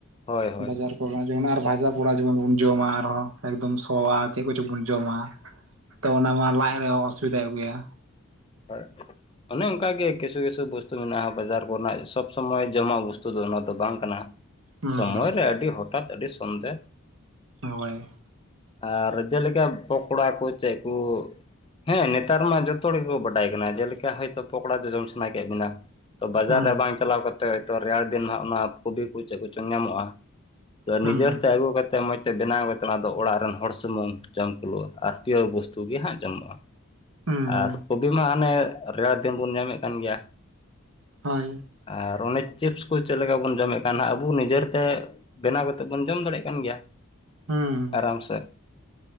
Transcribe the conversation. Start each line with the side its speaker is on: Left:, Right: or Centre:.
Left: ᱦᱳᱭ ᱦᱳᱭ
Right: ᱵᱟᱡᱟᱨ ᱠᱚ ᱨᱮᱱᱟᱜ ᱟᱨ ᱵᱷᱟᱡᱟ ᱯᱚᱲᱟ ᱡᱮᱢᱚᱱ ᱵᱚᱱ ᱡᱚᱢᱟ ᱟᱨᱦᱚᱸ ᱮᱠᱫᱚᱢ ᱥᱚᱣᱟ ᱪᱮᱫ ᱠᱚᱪᱚᱝ ᱵᱚᱱ ᱡᱚᱢᱟ, ᱛᱚ ᱚᱱᱟ ᱢᱟ ᱞᱟᱡ ᱨᱮ ᱚᱥᱩᱵᱤᱫᱟᱭ ᱟᱜᱩᱭᱟ᱾
Left: ᱦᱳᱭ᱾ ᱚᱱᱮ ᱚᱝᱠᱟ ᱜᱮ ᱠᱤᱪᱷᱩ ᱠᱤᱪᱷᱩ ᱵᱚᱥᱛᱩ ᱢᱮᱱᱟᱜ-ᱟ ᱵᱟᱡᱟᱨ ᱠᱚᱨ ᱮᱱᱟᱜ ᱥᱚᱵᱽ ᱥᱚᱢᱚᱭ ᱡᱚᱢᱟᱜ ᱵᱚᱥᱛᱩ ᱫᱚ ᱚᱱᱟ ᱫᱚ ᱵᱟᱝ ᱠᱟᱱᱟ ᱦᱟᱸᱜ᱾
Right: ᱦᱩᱸ
Left: ᱥᱚᱢᱚᱭ ᱨᱮ ᱟᱹᱰᱤ ᱦᱚᱴᱟᱛ ᱟᱹᱰᱤ ᱥᱚᱱᱫᱮ
Right: ᱦᱳᱭ᱾
Left: ᱟᱨ ᱡᱮᱞᱮᱠᱟ ᱯᱚᱠᱚᱲᱟ ᱠᱚ ᱪᱮᱫ ᱠᱚ, ᱦᱮᱸ ᱱᱮᱛᱟᱨ ᱢᱟ ᱡᱚᱛᱚ ᱦᱚᱲ ᱠᱚ ᱠᱚ ᱵᱟᱰᱟᱭ ᱠᱟᱱᱟ ᱡᱮᱞᱮᱠᱟ ᱦᱳᱭᱛᱳ ᱯᱚᱠᱚᱲᱟ ᱡᱚᱡᱚᱢ ᱥᱮᱱᱟ ᱠᱮᱫ ᱵᱤᱱᱟ, ᱛᱚ ᱵᱟᱡᱟᱨ
Right: ᱦᱩᱸ
Left: ᱨᱮ ᱵᱟᱝ ᱪᱟᱞᱟᱣ ᱠᱟᱛᱮ ᱦᱚᱭᱛᱳ ᱨᱮᱭᱟᱲ ᱫᱤᱱ ᱦᱟᱸᱜ ᱚᱱᱟ ᱠᱚᱵᱤ ᱠᱚ ᱪᱮᱫ ᱠᱚᱪᱚᱝ ᱧᱟᱢᱚᱜ-ᱟ, ᱛᱚ
Right: ᱦᱩᱸ
Left: ᱱᱤᱡᱮᱨ
Right: ᱦᱩᱸ
Left: ᱛᱮ ᱟᱹᱜᱩ ᱠᱟᱛᱮ ᱢᱚᱡᱽ ᱛᱮ ᱵᱮᱱᱟᱣ ᱠᱟᱛᱮ ᱚᱱᱟ ᱫᱚ ᱚᱲᱟᱜ ᱨᱮᱱ ᱦᱚᱲ ᱥᱩᱢᱩᱝ ᱡᱚᱢ ᱠᱩᱞᱩᱜ-ᱟ ᱟᱨ ᱯᱤᱭᱳᱨ ᱵᱚᱥᱛᱩ ᱜᱮ ᱦᱟᱸᱜ ᱡᱟᱢᱚᱜ-ᱟ᱾
Right: ᱦᱩᱸ
Left: ᱟᱨ ᱠᱚᱵᱤ ᱢᱟ ᱦᱟᱱᱮ ᱨᱮᱭᱟᱲ ᱫᱤᱱ ᱵᱚᱱ ᱧᱟᱢᱮᱫ ᱠᱟᱱ ᱜᱮᱭᱟ᱾
Right: ᱦᱳᱭ᱾
Left: ᱟᱨ ᱚᱱᱮ ᱪᱤᱯᱥ ᱠᱚ ᱪᱮᱫ ᱞᱮᱠᱟ ᱵᱚᱱ ᱡᱚᱢᱮᱫ ᱠᱟᱱ ᱦᱟᱸᱜ ᱟᱵᱚ ᱱᱤᱡᱮᱨ ᱛᱮ ᱵᱮᱱᱟᱣ ᱠᱟᱛᱮᱫ ᱵᱚᱱ ᱡᱚᱢ ᱫᱟᱲᱮᱜ ᱠᱟᱱ ᱜᱮᱭᱟ
Right: ᱦᱩᱸ
Left: ᱟᱨᱟᱢ ᱥᱮ᱾